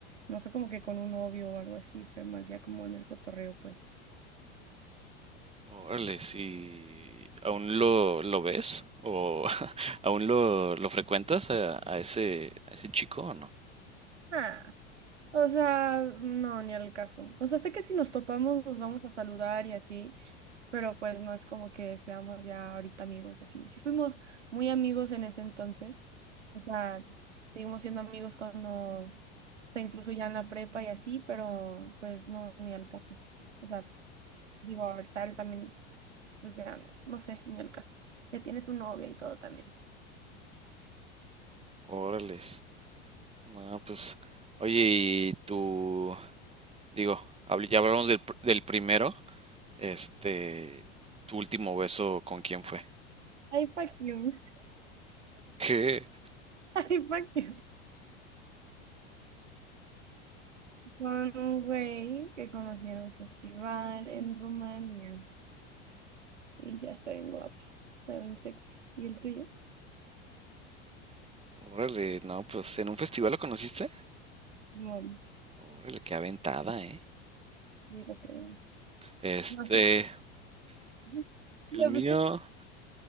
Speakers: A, on the right; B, on the right.
A: No fue como que con un novio o algo así, fue más ya como en el cotorreo, pues.
B: Órale, sí. ¿Aún lo, lo ves? ¿O <laughs> aún lo, lo frecuentas a, a ese, a ese chico o no?
A: Ah. O sea, no, ni al caso. O sea, sé que si nos topamos nos vamos a saludar y así, pero pues no es como que seamos ya ahorita amigos y así. Sí fuimos muy amigos en ese entonces. O sea, seguimos siendo amigos cuando, o sea, incluso ya en la prepa y así, pero pues no, ni al caso. O sea, digo, ahorita él también, pues ya, no sé, ni al caso. Ya tiene su novia y todo también.
B: Órale. No, pues. Oye, y tú. Digo, habl- ya hablamos del, pr- del primero. Este, tu último beso, ¿con quién fue?
A: Ay, fuck you.
B: ¿Qué?
A: <laughs> Ay, fuck you. Con un güey que conocí en un festival en Rumania. Y ya está bien guapo, está bien sexy. ¿Y el tuyo?
B: Órale, no, pues en un festival lo conociste.
A: No,
B: Órale, qué aventada, ¿eh?
A: sí, para que veas.
B: Este,
A: No sé. <laughs> Ya,
B: el mío,
A: pues, sí.